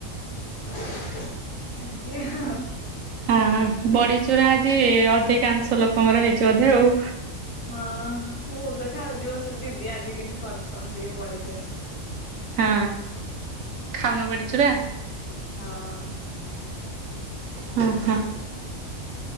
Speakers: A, on the left; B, on the right.
A: ଏମିତି ଆଉ।
B: ହଁ ବଡିଚୁରା ଆଜି ଅଧିକା ଅଂଶ ଲୋକଙ୍କର ହେଇଛି ବୋଧେ ଆଉ।।
A: ହଁ ହଁ ମୁଁ ତ ଖାଉଛି ବସି ଦିଦି ଆଜି କେମତି କରିଛନ୍ତି ବଡ଼ି ଚୁରା।
B: ହଁ ଖାଉନ ବଡ଼ିଚୁରା?
A: ହଁ।
B: ହଁ ହଁ!।